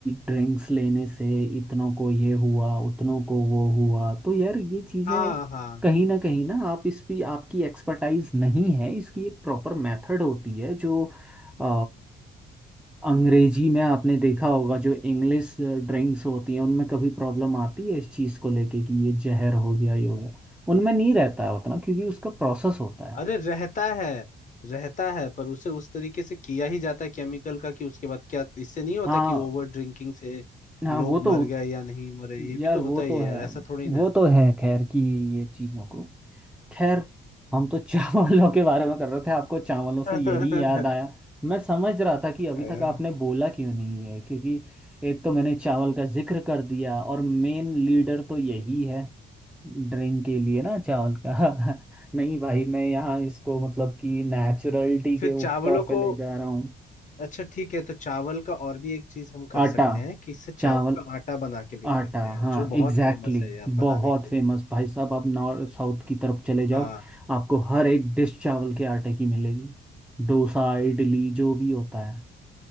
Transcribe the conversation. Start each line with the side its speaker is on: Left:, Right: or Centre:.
Centre: ड्रिंक्स लेने से इतनों को ये हुआ उतनों को वो हुआ तो यार ये चीज़ें
Left: हाँ हाँ
Centre: कहीं ना कहीं ना आप इस भी आपकी एक्सपर्टाइज नहीं है इसकी एक प्रॉपर मेथड होती है जो अ, अंग्रेजी में आपने देखा होगा जो इंग्लिश ड्रिंक्स होती हैं उनमें कभी प्रॉब्लम आती है इस चीज़ को लेके कि ये जहर हो गया ये हो गया उनमें नहीं रहता है उतना क्योंकि उसका प्रोसेस होता है
Left: अरे रहता है रहता है पर उसे उस तरीके से किया ही जाता है केमिकल का कि उसके बाद क्या इससे नहीं होता
Centre: हाँ
Left: कि ओवर ड्रिंकिंग से
Centre: हाँ
Left: लोग
Centre: वो तो
Left: मर गए या नहीं मरे ये
Centre: यार
Left: भी तो
Centre: वो
Left: होता
Centre: तो
Left: ही है
Centre: है
Left: यार ऐसा थोड़ी ना
Centre: वो तो है खैर कि ये चीज़ों को खैर हम तो <laughs> चावलों के बारे में कर रहे थे आपको चावलों से
Left: है।
Centre: यही याद आया
Left: <laughs>
Centre: मैं समझ रहा था कि अभी
Left: आया।
Centre: तक आपने बोला क्यों नहीं है क्योंकि एक तो मैंने चावल का जिक्र कर दिया और मेन लीडर तो यही है ड्रिंक के लिए ना चावल का <laughs> नहीं भाई मैं यहाँ इसको मतलब कि नेचुरलिटी
Left: फिर
Centre: के
Left: चावलों
Centre: ऊपर पे
Left: को
Centre: ले जा रहा हूँ
Left: अच्छा ठीक है तो चावल का और भी एक चीज हम कर
Centre: आटा
Left: सकते हैं कि इससे चावल
Centre: चावल
Left: का आटा बना के बेच
Centre: आटा
Left: सकते हैं
Centre: हाँ
Left: जो
Centre: एग्जैक्टली
Left: बहुत फेमस
Centre: exactly.
Left: है यार बनाने
Centre: बहुत
Left: के
Centre: फेमस
Left: लिए
Centre: भाई साहब आप नॉर्थ साउथ की तरफ चले जाओ
Left: हाँ
Centre: आपको हर एक डिश चावल के आटे की मिलेगी डोसा इडली जो भी होता है